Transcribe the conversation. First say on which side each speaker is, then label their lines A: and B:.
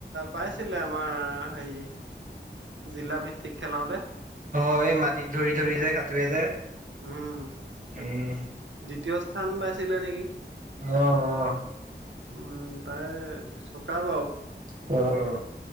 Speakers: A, on the right; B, on the right.
A: পাইছিলে আমাৰ হেৰিয়ে জিলা ভিত্তিক খেলাওঁতে।
B: হয় এই মাটিত ধৰি ধৰি যে হাতুৰে যে।
A: উম।
B: উম।
A: দ্বিতীয় স্থান পাইছিলে নেকি?
B: অ অ।
A: উম তাই চুকা বাও।
B: অ, অ।